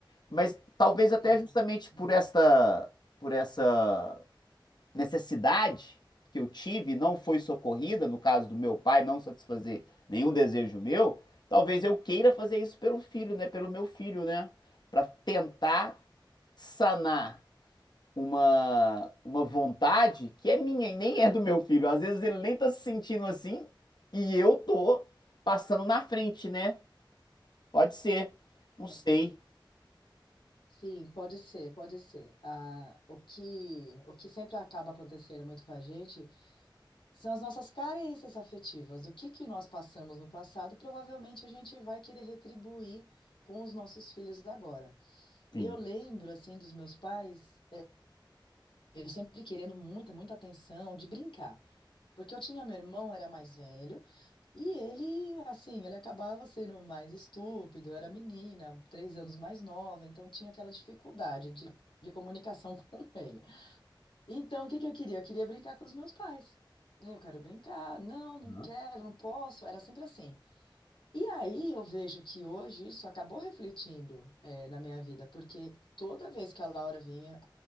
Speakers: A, on the left (about 60°); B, on the left (about 80°).
A: Mas talvez até
B: é,
A: justamente por
B: é.
A: esta, por essa necessidade que eu tive não foi socorrida, no caso do meu pai não satisfazer nenhum desejo meu, talvez eu queira fazer isso pelo filho, né? Pelo meu filho, né? Para tentar sanar uma, uma vontade que é minha e nem é do meu filho. Às vezes ele nem tá se sentindo assim e eu tô passando na frente, né? Pode ser. Não sei.
B: é. Sim, pode ser, pode ser. Ah, o que, o que sempre acaba acontecendo muito com a gente são as nossas carências afetivas. O que que nós passamos no passado, provavelmente a gente vai querer retribuir com os nossos filhos agora.
A: Sim.
B: Eu lembro, assim, dos meus pais, eu sempre querendo muita, muita atenção, de brincar. Porque eu tinha meu irmão, era mais velho, E ele, assim, ele acabava sendo mais estúpido, era menina, três anos mais nova, então tinha aquela dificuldade de, de comunicação <laughs> com ele. Então, o que que eu queria? Eu queria brincar com os meus pais. Eu quero brincar, não, não
A: Hã?
B: quero, não posso. Era sempre assim. E aí eu vejo que hoje isso acabou refletindo, eh, na minha vida, porque toda vez que a Laura vinha,